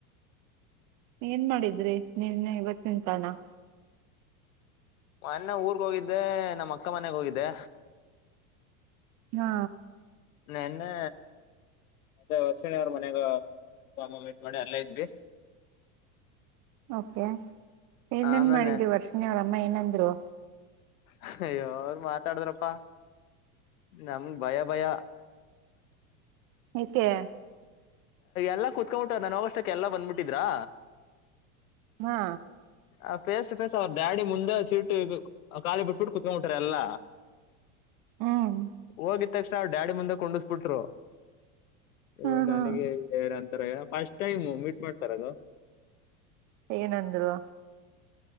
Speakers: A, on the right; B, on the left.
A: ಏನ್ ಮಾಡಿದ್ರಿ ನಿನ್ನ ಇವತ್ತಿನ ತಾನ
B: ಅನ್ನ ಊರ್ಗ ಹೋಗಿದ್ದೆ ನಮ್ಮ ಅಕ್ಕ ಮನೆಗ್ ಹೋಗಿದ್ದೆ
A: ಹಾ
B: ನೆನ್ನೆ ಅದೇ ವಸಣಿ ಅವರ ಮನೆಗ ಾಮ ಮೀಟ್ ಮಾಡಿ ಅಲ್ಲೇ ಇದ್ವಿ
A: ಓಕೆ ಏನೇನ್
B: ಆಮೇಲೆ
A: ಮಾಡಿದೀ ವರ್ಷಿನಿ ಅಮ್ಮ ಏನಂದ್ರು
B: ಹವ್ವೊ ಮಾತಾಡದ್ರಪ್ಪಾ ನಮ್ಗೆ ಭಯ ಭಯ
A: ಯಾಕೆ
B: ಎಲ್ಲಾ ಕುೂತ್ಕೊಂಬ ಬಿಿಟ್ಟಾರ ನನಗಷ್ಟಕ್ಕೆ ಎಲ್ಲಾ ಬಂದ್ಬಿಟ್ಟಿದ್ರಾ
A: ಹಾ
B: ಆ ಫೇಸ್ ಟು ಫೇಸ್ ಅವ್ರ ಡಾಡಿ ಮುಂದೆ ಚೀಟು ಖಾಲಿ ಬಿಟ್ಬಿಟ್ಟು ಕುತ್ಕೊಂಡ್ಬಟಾರ ಎಲ್ಲ
A: ಹ್ಮ್
B: ಹೋಗ ಆದ ತಕ್ಷಣ ಅವವು ಡ್ಯಾಡಿ ಮುಂದೆ ಕೊಂಡಿಸ್ಬಿಟ್ರು ಹ
A: ಹಾ ಹಾ
B: ನನಗೆ ಯಾರಂತ ಷ್ಟ ಟೈಮ್ ಮಿಸ್ ಮಾಡ್ತಾರ ಅದು
A: ಏನಂದ್ರು